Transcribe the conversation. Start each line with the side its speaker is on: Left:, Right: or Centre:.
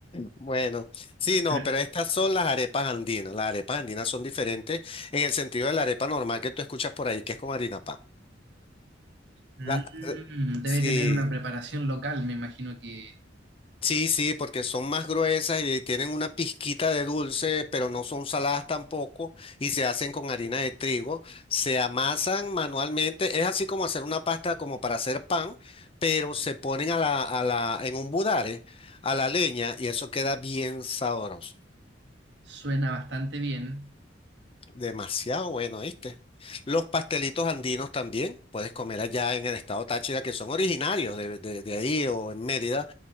Left: Bueno, sí, no,
Right: Pero
Left: pero estas son las arepas andinas. Las arepas andinas son diferentes en el sentido de la arepa normal que tú escuchas por ahí, que es con harina pan.
Right: mm,
Left: La- eh,
Right: debe
Left: Sí,
Right: tener una preparación local, me imagino que eh,
Left: Sí, sí, porque son más gruesas y tienen una pizquita de dulce, pero no son saladas tampoco y se hacen con harina de trigo, se amasan manualmente, es así como hacer una pasta como para hacer pan, pero se ponen a la, a la, en un budare, a la leña y eso queda bien sabroso,
Right: suena bastante bien.
Left: demasiado bueno, ¿viste? Los pastelitos andinos también, puedes comer allá en el estado Táchira, que son originarios de, de de ahí o en Mérida